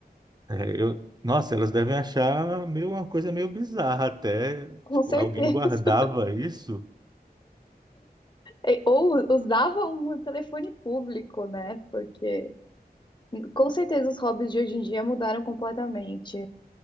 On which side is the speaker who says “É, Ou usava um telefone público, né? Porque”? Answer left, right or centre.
Left